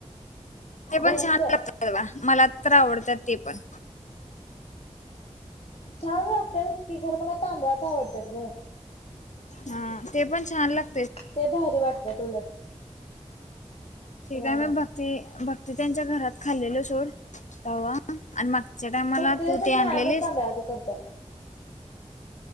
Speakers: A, on the left (about 80°); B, on the left (about 55°).
A: ते
B: गहूच.
A: पण छान लागतात मला तर आवडतात ते पण
B: छान लागतात की ग खरं मला तांदळाच आवडतात ग.
A: हा ते पण छान लाग''--''
B: ते भारी वाटत उलट.
A: ते
B: व्हय
A: काय मग भक्ती भक्ती त्यांच्या घरात खाल्लेलो सोड तवा आणि मग. च्या टायमाला
B: भक्तीला
A: तू
B: तर
A: ती
B: कायमच
A: आणलेलीस.
B: तांदळाचं करत्यात.